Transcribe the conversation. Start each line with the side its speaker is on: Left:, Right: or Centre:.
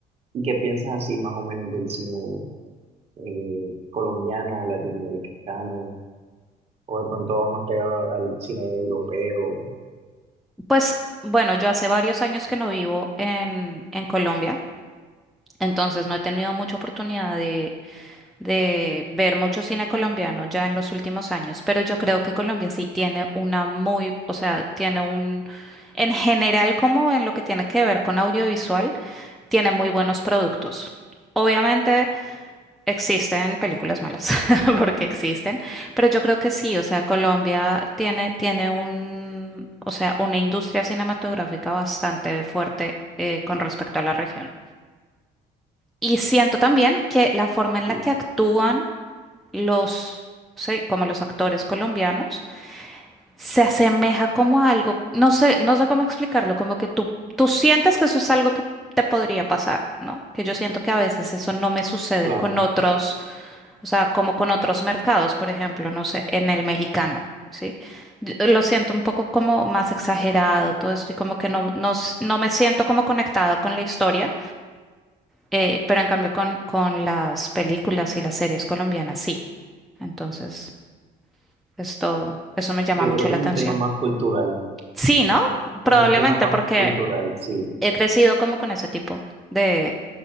Right: ¿Y qué piensas así más o menos del cine eh, colombiano o latinoamericano? ¿O de pronto vas más pegado al cine europeo?
Centre: Pues bueno, yo hace varios años que no vivo en, en Colombia, entonces no he tenido mucha oportunidad de de ver mucho cine colombiano ya en los últimos años, pero yo creo que Colombia sí tiene una muy, o sea, tiene un, en general como en lo que tiene que ver con audiovisual, tiene muy buenos productos. Obviamente existen películas malas, <laughs> porque existen, pero yo creo que sí, o sea, Colombia tiene, tiene un, o sea, una industria cinematográfica bastante fuerte eh, con respecto a la región. Y siento también que la forma en
Right: Sí,
Centre: la que actúan los, sí, como los actores colombianos, se asemeja como a algo, no sé, no sé cómo explicarlo, como que tú, tú sientes que eso es algo que te podría pasar, ¿no? Que yo siento que a veces eso no me sucede
Right: claro.
Centre: con otros, o sea, como con otros mercados, por ejemplo, no sé, en el mexicano. Sí, Yo eh, lo siento un poco como más exagerado todo esto y como que no, no, s- no me siento como conectada con la historia, eh, pero en cambio con, con las películas y las series colombianas sí. Entonces, esto, eso me llama
Right: Yo
Centre: mucho
Right: creo que
Centre: la
Right: es
Centre: atención.
Right: un tema más cultural.
Centre: Sí, ¿no? Probablemente
Right: Es un tema más
Centre: porque
Right: cultural, sí,
Centre: he crecido como con ese tipo de,